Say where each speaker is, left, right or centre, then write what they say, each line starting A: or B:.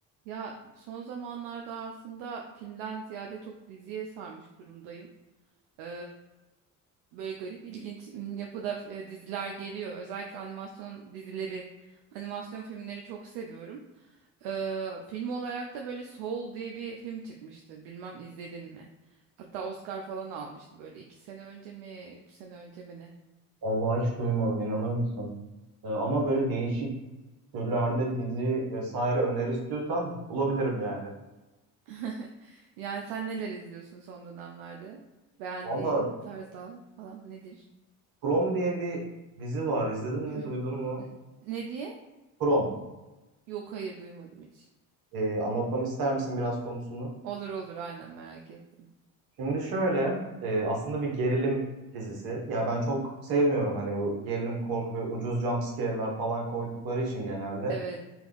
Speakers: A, on the right; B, on the right.
A: Ya son zamanlarda aslında filmden ziyade çok diziye sarmış durumdayım. Ee, böyle garip ilginç m, yapıda e, diziler geliyor. Özellikle animasyon dizileri, animasyon filmleri çok seviyorum. Ee, film olarak da böyle Soul diye bir film çıkmıştı. Bilmem izledin mi? Hatta Oscar falan almıştı böyle iki sene önce mi, üç sene önce mi ne?
B: Vallahi hiç duymadım inanır mısın? Ee, ama böyle değişik türlerde dizi vesaire öneri istiyorsan bulabilirim yani.
A: <laughs> Yani sen neler izliyorsun son dönemlerde? Beğendiğin
B: Valla
A: tarzlar falan nedir?
B: Prom diye bir dizi var. İzledin mi,
A: <clears throat>
B: duydun mu?
A: N- Ne diye?
B: Prom.
A: Yok hayır duymadım hiç.
B: Ee, anlatmamı ister misin biraz konusunu?
A: Olur olur aynen merak ettim.
B: Şimdi şöyle e, aslında bir gerilim dizisi. Ya ben çok sevmiyorum hani bu gerilim korku ve ucuz jump scare'lar falan koydukları için genelde.
A: Evet.